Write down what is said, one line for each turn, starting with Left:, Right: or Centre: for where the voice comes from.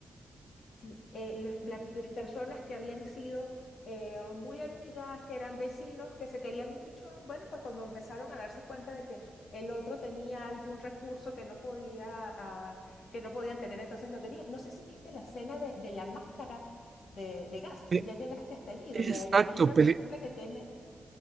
Left: Sí, eh, las, la- las personas que habían sido eh, muy amigas, que eran vecinos, que se querían mucho, bueno, pues cuando empezaron a darse cuenta de que el otro tenía algún recurso que no podía, ah, que no podían tener, entonces lo querían. No sé si viste la escena de, de la máscara de, de gas, si
Right: e-
Left: ya llegaste hasta allí,
Right: exacto,
Left: donde hay, hay una
Right: pele-
Left: persona que tiene,